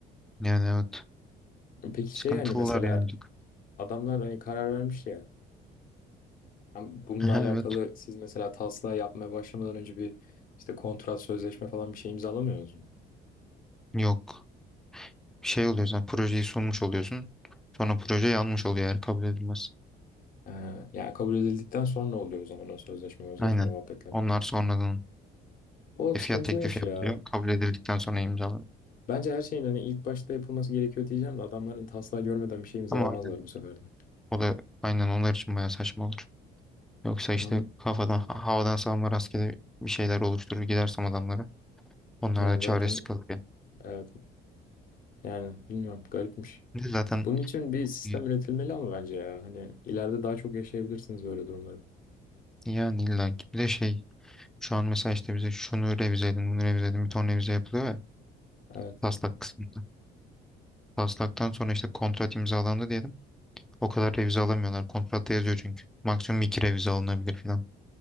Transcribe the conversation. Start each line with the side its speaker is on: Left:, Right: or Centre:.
Centre: yani evet
Left: Peki
Centre: sıkıntılılar
Left: şey hani mesela
Centre: yani.
Left: adamlar hani karar vermiş ya Hem bununla
Centre: Aha,
Left: alakalı
Centre: Evet
Left: siz mesela taslağı yapmaya başlamadan önce bir işte kontrat, sözleşme falan bir şey imzalamıyorsunuz mu?
Centre: yok şey oluyor sen projeyi sunmuş oluyorsun sonra proje yanmış oluyor eğer kabul edilmez.
Left: Ee, yani kabul edildikten sonra oluyor o zaman o sözleşme, özleşme
Centre: Aynen
Left: muhabbetleri.
Centre: onlar sonradan
Left: O
Centre: E,
Left: sıkıntılıymış
Centre: fiyat teklifi yapılıyor.
Left: ya.
Centre: Kabul edildikten sonra imzalanıyor.
Left: Bence her şeyin hani ilk başta yapılması gerekiyor diyeceğim de adamların taslağı görmeden bir şey imzalamazlar
Centre: Ama aynen
Left: bu sefer de.
Centre: o da aynen onlar için bayağı saçma olur. Yoksa
Left: Onun-
Centre: işte kafadan ha- havadan savurma rastgele bir şeyler oluşturur gidersem adamlara. Onlar
Left: Yani
Centre: da çaresiz
Left: zaten
Centre: kalır yani.
Left: evet, yani bilmiyorum garipmiş.
Centre: Bir de Zaten
Left: Bunun için bir sistem
Centre: e,
Left: üretilmeli ama bence ya. Hani ileride daha çok yaşayabilirsiniz böyle durumları.
Centre: yani illa ki bir de şey şu an mesela işte bize şunu revize edin bunu revize edin bir ton revize yapılıyor ya
Left: Evet.
Centre: taslak kısmında. Taslaktan sonra işte kontrat imzalandı diyelim. O kadar revize alamıyorlar. Kontratta yazıyor çünkü. Maksimum iki revize alınabilir falan.